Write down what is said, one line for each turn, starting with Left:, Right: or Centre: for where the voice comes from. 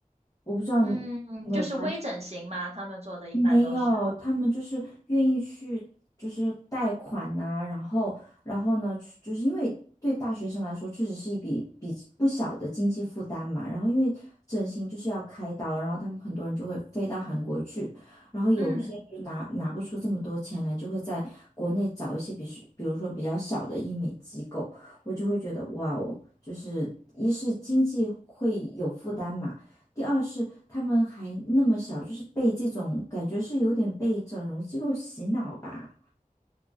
Left: 我不知道你有没有发
Right: 嗯，就是微整形嘛，他们做的一般都是。
Left: 没有，他们就是愿意去，就是贷款呐、然后，然后呢，去就是因为对大学生来说，确实是一笔比不小的经济负担嘛。然后，因为整形就是要开刀，然后他们很多人就会飞到韩国去，然后有一些就拿拿不出这么多钱来，
Right: 嗯，
Left: 就会在国内找一些比是，比如说比较小的医美机构，我就会觉得哇哦，就是一是经济会有负担嘛。第二是他们还那么小，就是被这种感觉是有点被整容机构洗脑吧。